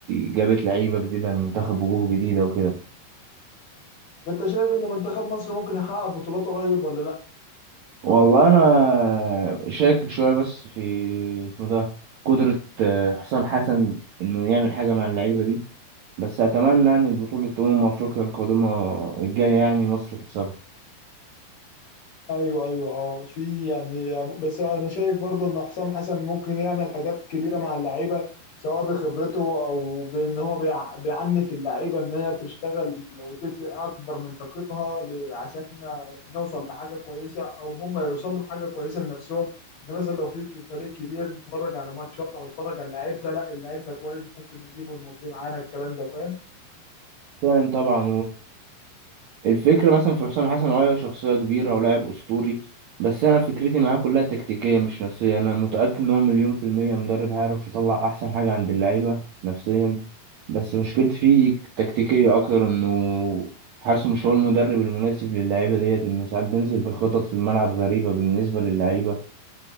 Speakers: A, on the right; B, on the left.
A: جابت لعيبه جديده المنتخب وجوه جديده وكده
B: انت شايف ان منتخب مصر ممكن يحقق بطولات قريب ولا لا؟
A: والله انا شاكك شويه بس في اسمه ده قدره آه، حسام حسن انه يعمل حاجه مع اللعيبه دي بس اتمنى يعني البطوله امم افريقيا القادمه الجايه يعني مصر تكسبها
B: ايوه ايوه اه في يعني بس انا شايف برضه ان حسام حسن ممكن يعمل حاجات كبيره مع اللعيبه سواء بخبرته او بان هو بيع- بيعنف اللعيبه ان هي تشتغل وتدي اكبر من طاقتها ل- عشان نوصل لحاجه كويسه او هم يوصلوا لحاجه كويسه لنفسهم ان مثلا لو في ك- فريق كبير اتفرج على ماتشات او اتفرج على اللعيب ده لا اللعيب ده كويس ممكن نجيبه ونمضيه معانا الكلام ده فاهم
A: فاهم طبعا الفكرة مثلا في حسام حسن هو شخصية كبيرة ولاعب أسطوري بس أنا فكرتي معاه كلها تكتيكية مش نفسية أنا متأكد إن هو مليون في المية مدرب هيعرف يطلع أحسن حاجة عند اللعيبة نفسيا بس مشكلتي فيه تكتيكية أكتر إنه حاسه مش هو المدرب المناسب للعيبة ديت إنه ساعات بينزل بخطط في الملعب غريبة بالنسبة للعيبة